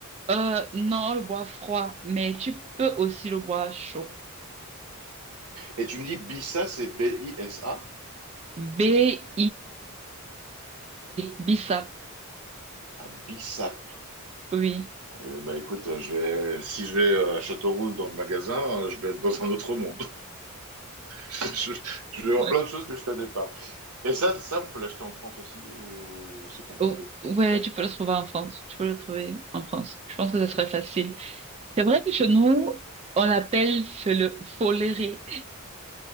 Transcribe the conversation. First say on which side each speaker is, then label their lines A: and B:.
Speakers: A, on the right; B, on the right.
A: Euh, non, le bois froid, mais tu peux aussi le bois chaud.
B: Et tu me dis Bissa, c'est B-I-S-A?
A: B-I-S-S-A-P, Bissap,
B: Ah, Bissap.
A: oui.
B: Eh ben, écoute, je vais, si je vais euh, à Châteaurouge dans le magasin, euh, je vais être dans un autre monde. <laughs> Je, je vais voir
A: Ouais.
B: plein de choses que je connais pas. Et ça, ça on peut l'acheter en France aussi ou c'est compliqué,
A: Oh,
B: le
A: ouais,
B: Bissap?
A: tu peux le trouver en France. Tu peux le trouver en France. Je pense que ce serait facile. C'est vrai que chez nous, on l'appelle fele- foléré.